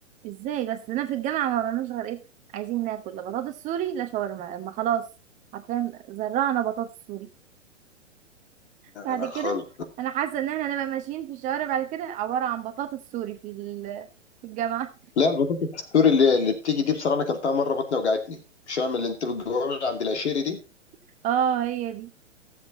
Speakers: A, on the right; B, on the left.
A: ازاي بس انا في الجامعه ما وراناش غير ايه عايزين ناكل لا بطاطس سوري لا شاورما ما خلاص عارفين زرعنا بطاطس سوري
B: لا
A: بعد
B: لا
A: كده
B: خالص
A: انا حاسه ان احنا هنبقى ماشيين في الشوارع بعد كده عباره عن بطاطس سوري في ال- في الجامعه
B: لا البطاطس السوري اللي, اللي بتيجي دي بصراحه انا اكلتها مره بطني وجعتني مش هعمل اللي انت بتجيبها من عند العشيري دي
A: <laughs> اه هي دي